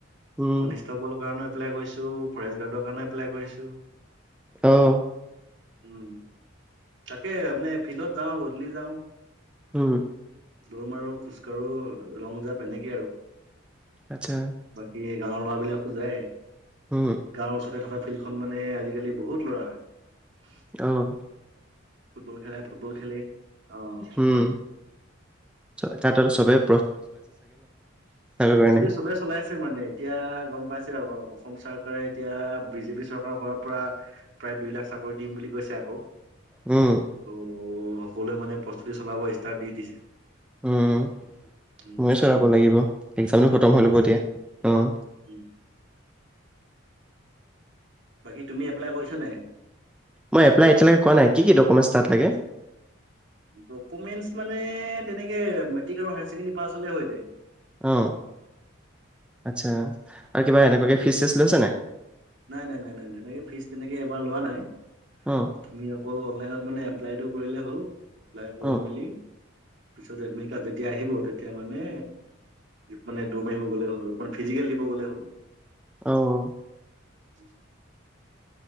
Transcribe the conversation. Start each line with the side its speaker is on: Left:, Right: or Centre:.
Centre: উম
Right: কনিষ্টবল কাৰণে। ফৰেষ্ট গাৰ্ডৰ কাৰণে এপ্লাই কৰিছো।
Centre: অঁ।
Right: উম, তাকে মানে ফিল্ডত যাওঁ গধুলি যাওঁ।
Centre: উম।
Right: দৌৰ মাৰো খোজ আৰু লং জাপ এনেকে আৰু।
Centre: আচ্ছা।
Right: বাকী গাঁৱৰ ল'ৰা বিলাকো যায়?
Centre: উম
Right: গাঁৱৰ ওচৰতে থকা ফিল্ডখন মানে আজিকালি বহুত ল'ৰা হয়।
Centre: অঁ
Right: ফুটবল খেলাই ফুটবল খেলে অঁ
Centre: উম চ তাত আৰু চবেই
Right: বস্তুতি
Centre: কাৰণে
Right: চবেই চলাইছে মানে এতিয়া গ'ম পাইছে <unintelligible> অসম চৰকাৰে এতিয়া বিজেপি চৰকাৰ হোৱাৰ পৰা প্ৰায় দুই লাখ চাকৰি দিম বুলি কৈছে আকৌ।
Centre: উম।
Right: ত' সকলোৱে মানে প্ৰস্তুতি চলাব ইষ্টাৰ্ট দি দিছে।
Centre: উম।
Right: উম
Centre: ময়ো চলাব লাগিব, একজামটো খটম হৈ ল'ব দিয়া অঁ।
Right: উম বাকী তুমি এপ্লাই কৰিছা নাই
Centre: মই এপলাই এতিয়ালেোৱা নাই কিক লে
Right: ডকুমেন্ট মানে তেনেকে মেট্ৰিক আৰু হায় ছেকেণ্ড পাছ হলে হৈ যায়
Centre: অ আচ্ছা আৰু কিবা এনেকুৱাকে ফিজ চেজ লৈছে নে
Right: নাই নাই নাই নাই তেনেকে ফিজ তেনেকে এবাৰ লোৱা নাই
Centre: অ',
Right: তুমি অকল অনলাইনত মানে এপ্লাইটো কৰিলে হ'ল এপ্লাই কৰি
Centre: অ',
Right: মেলি পিছত এডমিট কাৰ্ড যেতিয়া আহিব তেতিয়া মানে মানে দৌৰ মাৰিব গলে হল আৰু ফিজিকেল দিব গ'লে হ'ল
Centre: আহ
Right: উম